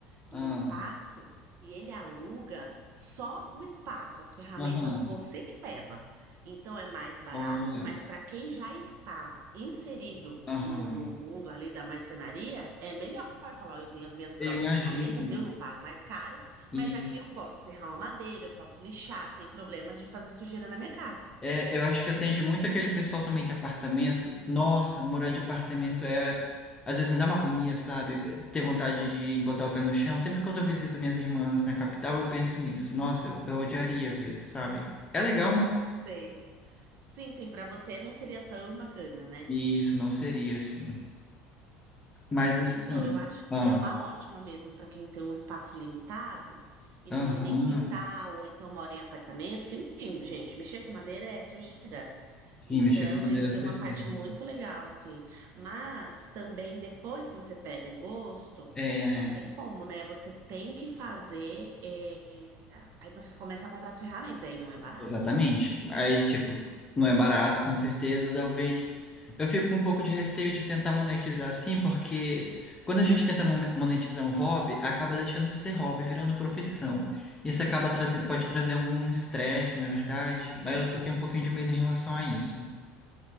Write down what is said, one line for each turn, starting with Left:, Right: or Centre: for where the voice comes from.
Right: do
Left: ah,
Right: espaço e ele aluga só o espaço, as ferramentas
Left: aham,
Right: você que leva. Então é mais barato,
Left: olha,
Right: mas para quem já está inserido
Left: aham.
Right: no, no mundo ali da marcenaria, é melhor falar: "Ó, eu tenho as minhas próprias
Left: Eu imagino.
Right: ferramentas, eu não pago mais caro,
Left: E
Right: mas aqui eu posso serrar uma madeira, eu posso lixar sem problemas de fazer sujeira na minha casa.
Left: é, eu acho que atende muito aquele pessoal também de apartamento. Nossa, morar de apartamento é. Às vezes me dá uma agonia, sabe? Ter vontade de botar o pé no chão. Sempre quando eu visito minhas irmãs na capital, eu penso nisso. Nossa, eu, eu odiaria às vezes, sabe? É legal, mas
Right: Não Sei. Sim, sim, para você não seria tão bacana, né?
Left: isso não seria assim. Mas
Right: É,
Left: assim.
Right: então, eu acho
Left: Ah,
Right: que é uma ótima mesmo para quem tem um espaço limitado e
Left: aham.
Right: não tem nem quintal, ou então mora em apartamento, que não tem, gente. Mexer com madeira é sujeira.
Left: Sim,
Right: Então,
Left: mexer com madeira
Right: eles têm
Left: é sujeira.
Right: uma parte
Left: né?
Right: muito legal, assim. Mas também, depois que você pega o gosto,
Left: É.
Right: não
Left: é.
Right: tem como, né? Você tem que fazer. é, Aí você começa a comprar as ferramentas, aí não é barato.
Left: Exatamente. Aí, tipo, não é barato, com certeza. Talvez eu fico com um pouco de receio de tentar monetizar assim, porque quando a gente tenta mo- monetizar um hobby, acaba deixando de ser hobby, virando profissão. Isso acaba trazendo,
Right: Isso
Left: pode
Right: é verdade.
Left: trazer algum estresse, na verdade, mas eu, eu tenho um pouquinho de medo em relação a isso.